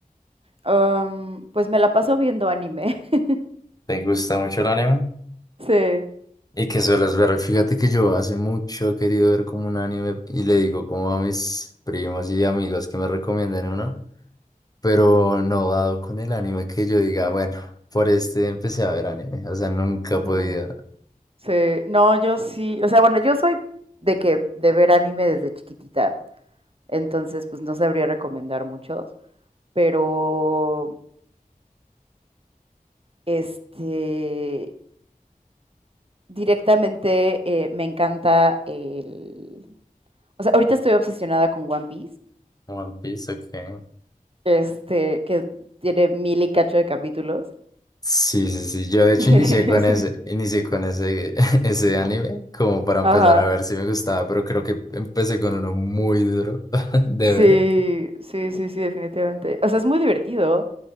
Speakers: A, on the right; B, on the left.
A: Am, pues me la paso viendo anime. <laughs>
B: ¿Te gusta mucho el anime?
A: Sí,
B: ¿Y qué sueles ver? Fíjate que yo hace mucho he querido ver como un anime y le digo como a mis primos y amigos que me recomienden uno, pero no dado con el anime que yo diga, bueno, por este empecé a ver anime. O sea, nunca
A: ujú,
B: he podido.
A: sí. No, yo sí. O sea, bueno, yo soy de que de ver anime desde chiquitita. Entonces, pues no sabría recomendar muchos. Pero, este, directamente eh, me encanta el. O sea, ahorita estoy obsesionada con One Piece.
B: One Piece, ok.
A: Este, que tiene mil y cacho de capítulos.
B: Sí, sí, sí. Yo de hecho
A: <laughs>
B: inicié con ese, inicié con ese, <laughs> ese anime como para empezar
A: Ajá.
B: a ver si me gustaba, pero creo que empecé con uno muy duro <laughs> de
A: Sí,
B: ver.
A: sí, sí, sí, definitivamente. O sea, es muy divertido.